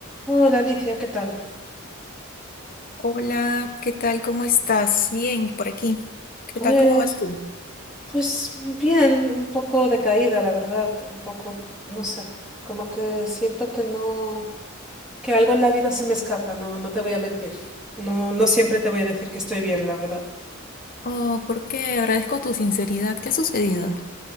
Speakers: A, in the centre; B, on the left.
A: Hola Alicia, ¿qué tal?
B: Hola, ¿qué tal? ¿Cómo estás? Bien, por aquí. ¿Qué
A: Pues,
B: tal? ¿Cómo vas tú?
A: pues bien, un poco decaída, la verdad, un poco, no sé, como que siento que no, que algo en la vida se me escapa, no, no te voy a mentir. No, no siempre te voy a decir que estoy bien, la verdad.
B: Oh, ¿por qué? Agradezco tu sinceridad. ¿Qué ha sucedido?